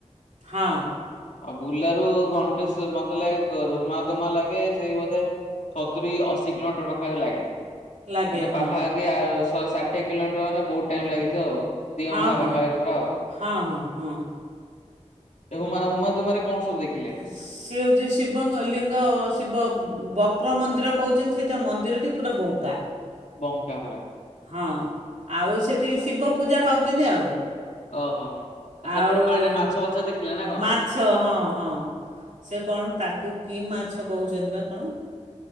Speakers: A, on the right (about 80°); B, on the left (about 75°).
A: ହଁ।
B: ଆଉ ବୁର୍ଲା ରୁ ଘଣ୍ଟେସ୍ଵ-ମତେ ଲାଗେ <unintelligible> ମା ଲାଗେ ସେଇ ବୋଧେ ସତୁରି ଅଶୀ କିଲୋମିଟର ପାଖା ପାଖି ଲାଗେ।
A: ଲାଗେ
B: ମାନେ
A: ହଁ
B: ପାଖାପାଖି ଆଉ ଶହେ ଷାଠିଏ କିଲୋମିଟର ମାନେ ବୋହୁତ୍ ଟାଇମ୍ ଲାଗିଥିବ ଆଉ। ଦି
A: ହଁ
B: ଘଣ୍ଟା ପାଖାପାଖି ପୁରା ଆଉ।
A: ହଁ ହଁ ହଁ ହଁ
B: ଏ ହୁମା ହୁମା ଦୁମାରେ କଣ ସବୁ ଦେଖିଲେ?
A: ସେ ହଉଛି ଶିବଙ୍କ ଲିଙ୍ଗ ଶିବ ବକ୍ର ମନ୍ଦିର କହୁଛନ୍ତି ସେଟା ମନ୍ଦିରଟି ପୁରା ବଙ୍କା।
B: ବଙ୍କା ପରା।
A: ହଁ ଆଉ ସେଇଠି ଶିବ ପୂଜା ପାଉଛନ୍ତି ଆଉ।
B: ଓହୋ ହୋ ସେପଟେ
A: ଆଉ
B: ପାଣିରେ ମାଛ
A: ମା
B: ଫାଛ ଦେଖିଲେ ନା କଣ?
A: ମାଛ ହଁ ହଁ ସେ କଣ ତାକୁ କି ମାଛ କହୁଛନ୍ତି ବା କଣ?